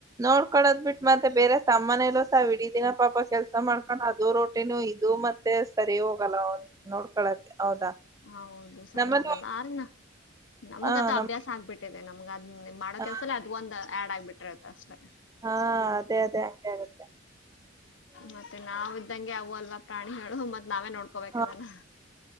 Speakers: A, on the right; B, on the left.
A: ನೋಡ್ಕೊಳದ್ ಬಿಟ್ ಮತ್ತೆ ಬೇರೆ. ತಮ್ಮನೇಲೂ ತಾವ್ ಇಡೀದಿನ ಪಾಪ ಕೆಲ್ಸ ಮಾಡ್ಕೊಂಡ್ ಅದು ರೋಟಿನೂ ಇದು ಮತ್ತೆ. ಸರಿ ಹೋಗಲ್ಲಾ ಅವ್ರ್ ನೋಡ್ಕೊಳಕ್ಕೆ ಹೌದಾ.
B: ಹೌದು ಸರಿ
A: ನಮ್ಮಲ್ಲಿ
B: ಹೋಗಲ್ಲ ಆರನ ನಮಗದ್
A: ಹಾ
B: ಅಭ್ಯಾಸ
A: ನಮ್ಮ
B: ಆಗ್ಬಿಟ್. ಷ್ಟೆನ್ ನಮ್ಗ ಅದ್ ಮಾಡೋ
A: ಹಾ
B: ಕೆಲ್ಸ್ದ್ಲ್ಅದು ಒಂದು ಆ್ಯಡ್ ಆಗ್ಬಿಟ್ಟಿರುತ್ತೆ ಅಷ್ಟೇ.
A: ಹಾ ಅದೇ ಅದೇ ಹಾಗೆ ಹಾಗತ್
B: ಮತ್ತೆ ನಾವ ಇದ್ದಂಗೆ ಅವು ಅಲ್ವಾಪ್ರಾಣಿಗಳು ಮತ್ತ್ ನಾವೇನೋಡ್ಕೋಬೆಕದನ್ನಾ.
A: ಹಾ